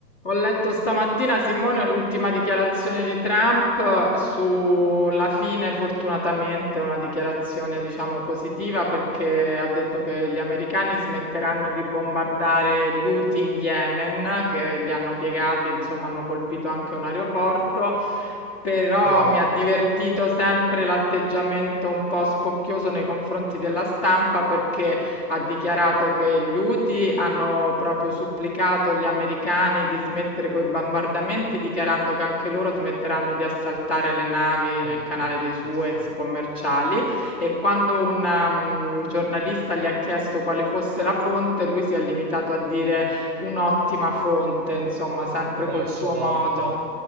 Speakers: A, on the left; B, on the right.
A: Ho letto stamattina, Simone, l'ultima dichiarazione di Trump sulla fine, fortunatamente, una dichiarazione, diciamo, positiva perché ha detto che gli americani smetteranno di bombardare gli Houthi in Yemen, che li hanno piegati, insomma, hanno colpito anche un aeroporto. Però
B: Viola,
A: mi ha divertito sempre l'atteggiamento un po' spocchioso nei confronti della stampa perché ha dichiarato che gli Houthi hanno proprio supplicato gli americani di smettere coi bombardamenti, dichiarando che anche loro smetteranno di assaltare le navi
B: con
A: nel
B: gli attacchi,
A: canale dei Suez
B: sì.
A: commerciali. E quando un um, giornalista gli ha chiesto quale fosse la fonte, lui si è limitato a dire un'ottima fonte, insomma, sempre
B: Come
A: col
B: al
A: suo
B: solito.
A: modo.